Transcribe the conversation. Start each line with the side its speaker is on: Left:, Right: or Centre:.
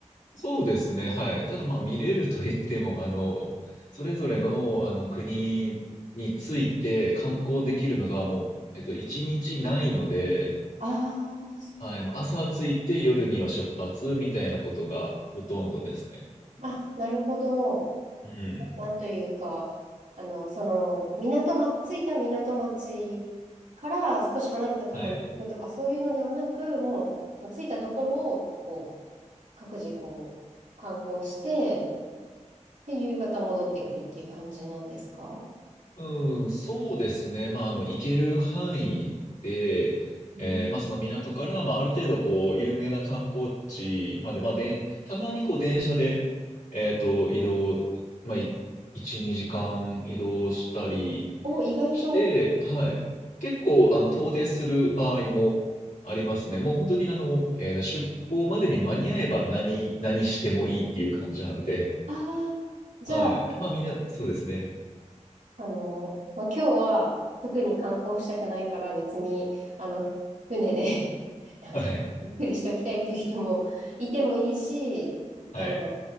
Left: そうですね、はい。ただまあ見れると言っても、あの、それぞれの、あの国について観光できるのがもう、えっと、一日ないので、
Right: あ
Left: はい、もう朝着いて夜には出発みたいなことがほとんどですね。
Right: あ、あ、なるほど。
Left: うん。
Right: なんというか、あの、その、港ま、着いた港町から少し離れたところに行くとか、
Left: はい。
Right: そういうのではなく、もう、着いたところを、こう、各自こう、観光して、で、夕方戻ってくるっていう感じなんですか
Left: うん、そうですね。まあ、あの、行ける範囲で、
Right: うん
Left: えーまあ、その港から、まあ、ある程度、こう、有名な観光地まで、まあ、で、たまに、こう、電車で、えっと、移動、まあ、い1、2時間移動したり
Right: お、意外と、
Left: して、はい。結構、あの、遠出する場合もありますね。もう本当に、あの、えー出港までに間に合えば何、何してもいいっていう感じなので、
Right: ああ、じゃあ、
Left: はい。まあ、みんな、そうですね。
Right: あの、まあ、今日は特に観光したくないから別に、あの、ふ船で <laughs> なんか、
Left: はい。
Right: ゆっくりしておきたいっていう人もいてもいいし、
Left: はい。
Right: あの、